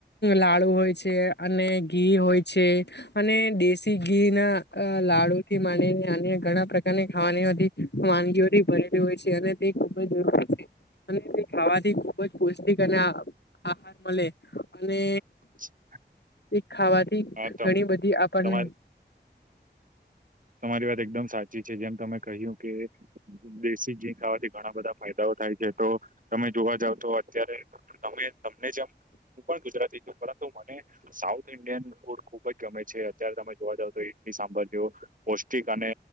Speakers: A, on the left; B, on the right.
A: લાડુ હોય છે અને ઘી હોય છે અને દેશી ઘી ના લાડુ થી નીને આ ઘણા પ્રકાર ખાવાની વાનગીઓરી ભરેલી હોય છે અને તે ખૂબ જ જરૂરી છે અને તે ખાવાથી ખુબ જ પૌષ્ટિક અને આહાર મળે અને
B: <inaudible>
A: તે ખાવાથી ઘણી
B: હા તમ
A: બધી આપણને
B: તમારી તમારી વાત એકદમ સાચી છે જેમ તમે કહ્યું કે દેશી ઘી ખાવાથી ઘણા બધા ફાયદાઓ થાય છે તો તમે જોવા જાવ તો અત્યારે તમે તમને જેમ હું પણ ગુજરાતી તો મને સાઉથ ઈન્ડિયન ફૂડ ખુબ જ ગમે છે અત્યારે તમે જોવા જાવ તો ઈડલી સાંભાર જોવ પૌષ્ટિક અને